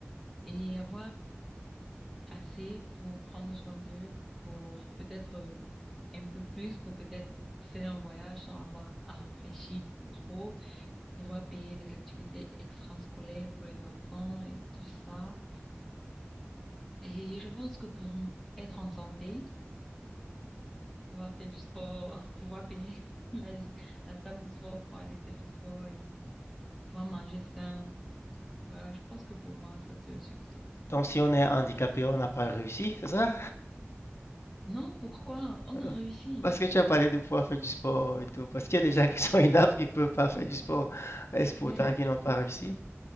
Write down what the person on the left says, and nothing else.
Donc, si on est handicapé, on n'a pas réussi, c'est ça?
Euh,
Parce que tu as parlé de pouvoir faire du sport et tout. Parce qu'il y a des gens qui sont inaptes qui ne peuvent pas faire du sport. Est-ce pourtant
qu'ils n'ont pas réussi?